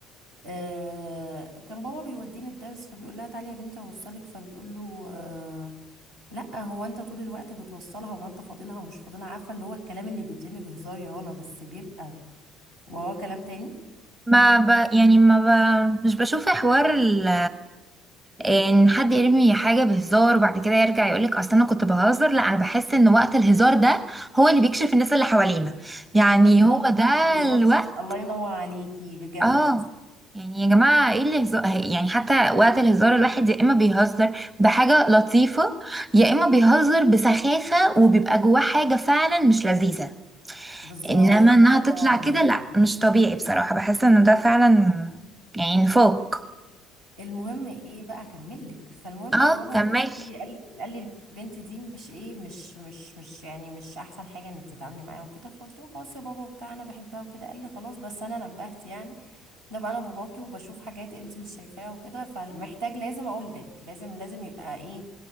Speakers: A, on the right; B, on the right.
A: آه كان بابا بيوديني الدرس فبيقول لها تعالي يا بنتي اوصلك فبتقول له آه لا هو انت طول الوقت بتوصلها هو انت فاضلها ومش فاضلها عارفه اللي هو الكلام اللي بيتم بهزار يا رنا بس بيبقى وهو كلام تاني
B: ما ب... يعني ما ب... مش بشوف حوار ال ان حد يرمي حاجه بهزار وبعد كده يرجع يقولك اصل انا كنت بهزر لا انا بحس ان وقت الهزار ده هو اللي بيكشف الناس اللي حوالينا يعني
A: بالظبط
B: هو ده
A: بالظبط
B: الوقت
A: الله ينور عليكي بجد
B: اه يعني يا جماعه ايه اللي هزار يعني حتى وقت الهزار الواحد يا اما بيهزر بحاجه لطيفه يا اما بيهزر بسخافه وبيبقى جواه حاجه فعلا مش لذيذه
A: بالظبط
B: انما انها
A: الله
B: تطلع
A: ينور عليكي
B: كده لا مش طبيعي بصراحه بحس انه ده فعلا يعني فوق
A: المهم ايه بقى اكمل لك فالمهم
B: اه
A: فبابا
B: كملي
A: وقتها قال لي قال لي قال لي البنت دي مش ايه مش مش مش يعني مش احسن حاجه انك تتعاملي معاها وكده فقلت له خلاص يا بابا وبتاع انا بحبها وكده قال لي خلاص بس انا نبهت يعني ده بقى انا باباكي وبشوف حاجات انت مش شايفاها وكده فمحتاج لازم اقول لك لازم لازم يبقى ايه